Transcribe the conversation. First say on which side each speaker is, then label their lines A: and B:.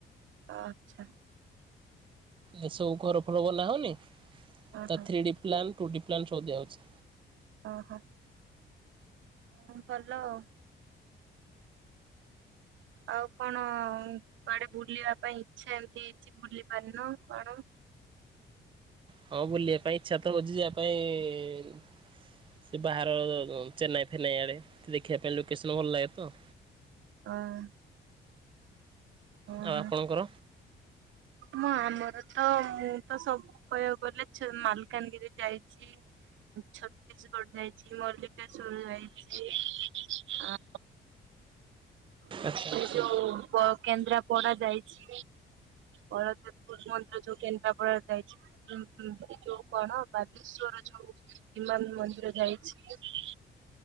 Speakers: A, on the right; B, on the right.
A: ଆଚ୍ଛା।
B: ଏ ସବୁ ଘର ଫର ବନା ହଉନି,
A: ଓହୋ
B: ତା three D plan two D plan ସବୁ ଦିଆହଉଛି।
A: ଓହୋ, <inaudible> ଭଲ ଆଉ। ଆଉ କଣ କୁଆଡେ ବୁଲିବା ପାଇଁ ଇଛା ଏମତି ହେଇଛି, ବୁଲି ପାରିନୁ କଣ?
B: ହଁ, ବୁଲିବା ପାଇଁ ଇଚ୍ଛା ତ ହଉଛି, ଯିଆ ପାଇଁ-ଇଁନ୍ ସେ ବାହାର-ଅ ଚେନ୍ନାଇ ଫେନ୍ନାଇ ଆଡ଼େ, ତ ଦେଖିବା ପାଇଁ ଲୋକେସନ୍ ଭଲ ଲାଗେ ତ!
A: ଅଁ ଓହଁ।
B: ଆଉ ଆପଣଙ୍କର
A: ମୁଁ ଆମର ତ, ମୁଁ ତ ସବୁ କହିଆକୁ ଗଲେ ଛ ମାଲକାନଗିରି ଯାଇଛି। ଛତିଶଗଡ଼ ଯାଇଛି, ମଲ୍ଲିକେଶ୍ୱର ଯାଇଛି। ଆଉ
B: ଆଚ୍ଛା ଆଚ୍ଛା
A: ଯୋଉ ପ କେନ୍ଦ୍ରାପଡା ଯାଇଚି। ବରଦପୁର ମନ୍ଦିର ଯୋଉ କେନ୍ଦ୍ରାପଡ଼ାରେ ଯାଇଛି। ଏ ଯୋ ଯୋଉ କଣ ବାଲେଶ୍ଵର ଯୋଉ। ହିମାନ ମନ୍ଦିର ଯାଇଛି।